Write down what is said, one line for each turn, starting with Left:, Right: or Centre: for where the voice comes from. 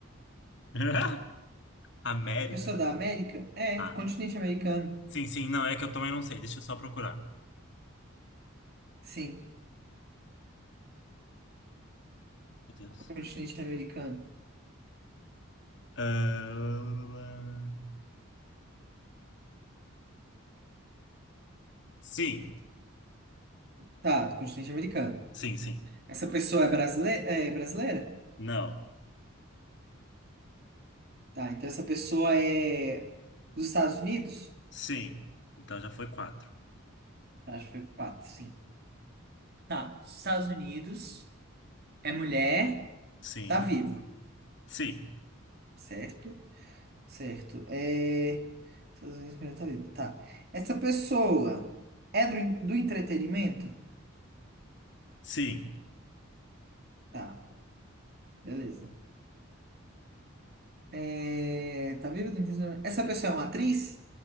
Left: <laughs> América.
Right: É pessoa da América? É,
Left: Ah,
Right: continente americano.
Left: Sim, sim, não, é que eu também não sei. Deixa eu só procurar.
Right: Sim,
Left: Meu Deus.
Right: continente americano.
Left: Ah, Sim,
Right: Tá, do continente americano.
Left: sim, sim.
Right: Essa pessoa é brasileira? É brasileira?
Left: Não.
Right: Tá, então essa pessoa é dos Estados Unidos?
Left: Sim. Então já foi quatro.
Right: Acho que foi quatro, sim. Tá, Estados Unidos, é mulher,
Left: Sim,
Right: tá viva,
Left: sim,
Right: certo? Certo. É... Estados Unidos, mulher tá viva. Tá. Essa pessoa é do, en- do entretenimento?
Left: sim.
Right: Tá, beleza. É... Tá viva do entretenimento. Essa pessoa é uma atriz?